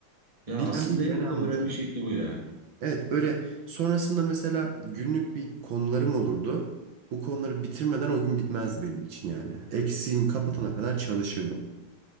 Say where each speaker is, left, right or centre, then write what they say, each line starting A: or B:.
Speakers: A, on the right; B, on the right.
A: Ya
B: Bilen
A: aslında
B: bilmeyene
A: en güzel
B: anlatırdı.
A: öğrenme şekli bu ya.
B: Evet böyle sonrasında mesela günlük bir konularım olurdu. Bu konuları bitirmeden o gün bitmezdi benim için yani. Eksiğimi kapatana
A: Hmm.
B: kadar çalışırdım.